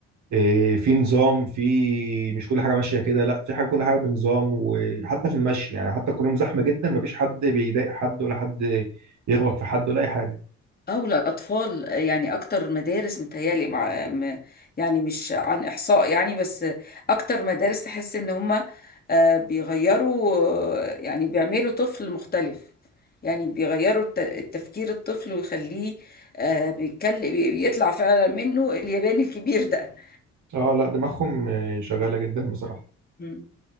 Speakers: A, on the right; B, on the left.
A: إيه، في نظام في مش كل حاجه ماشيه كده لا في حاجه كل حاجه بنظام وحتى في المشي يعني حتى كلهم زحمه جدا مفيش حد بيضايق حد ولا حد يغلط في حد ولا اي حاجه
B: او الاطفال يعني اكتر مدارس متهيالي مع م- يعني مش عن احصاء يعني بس اكتر مدارس تحس ان هم بيغيروا آه، يعني بيعملوا طفل مختلف يعني بيغيروا الت- التفكير الطفل ويخليه آه، بيتكل- بي- بيطلع فعلا منه الياباني الكبير ده
A: اه لا دماغهم آه، شغاله جدا بصراحه
B: مم.